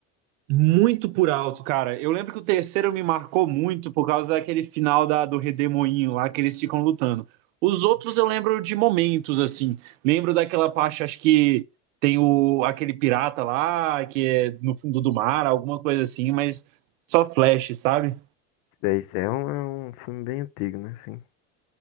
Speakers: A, on the right (about 85°); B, on the left (about 75°).
A: Muito por alto, cara. Eu lembro que o terceiro me marcou muito por causa daquele final da, do Redemoinho lá que eles ficam lutando. Os outros eu lembro de momentos, assim. Lembro daquela parte, acho que tem o, aquele pirata lá, que é no fundo do mar, alguma coisa assim, mas só flash, sabe?
B: Esse daí, esse é um, é um filme bem antigo, né, assim.